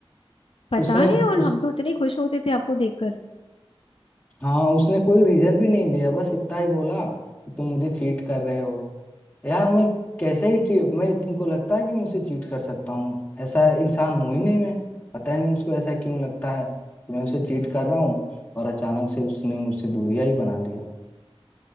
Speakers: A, on the left; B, on the left.
A: पता
B: उसने
A: है और
B: उस
A: हम तो इतने खुश होते थे आपको देखकर
B: हाँ उसने कोई रीजन भी नहीं दिया बस इतना ही बोला कि तुम मुझे चीट कर रहे हो यार मैं कैसे ही ची- मैं तुमको लगता है कि मैं उसे चीट कर सकता हूँ ऐसा इंसान हूं ही नहीं मैं पता ही नहीं उसको ऐसा क्यों लगता है कि मैं उसे चीट कर रहा हूँ और अचानक से उसने मुझसे दूरियां ही बना लिया